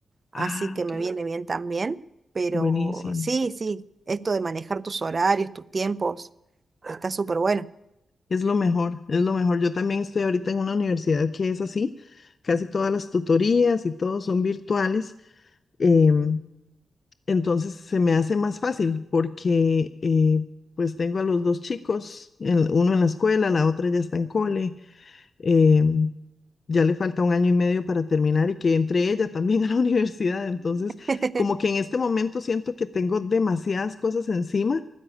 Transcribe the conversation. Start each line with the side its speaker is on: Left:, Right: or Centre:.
Right: así
Left: Ah,
Right: que
Left: ok.
Right: me viene bien también, pero
Left: Buenísimo.
Right: sí, sí, esto de manejar tus horarios, tus tiempos, está súper bueno.
Left: Es lo mejor, es lo mejor. Yo también estoy ahorita en una universidad que es así. Casi todas las tutorías y todo son virtuales. em, entonces se me hace más fácil porque eh, pues tengo a los dos chicos, el- uno en la escuela, la otra ya está en cole. eh, ya le falta un año y medio para terminar y que entre ella también a la <laughs> universidad. Entonces,
Right: <laughs>
Left: como que en este momento siento que tengo demasiadas cosas encima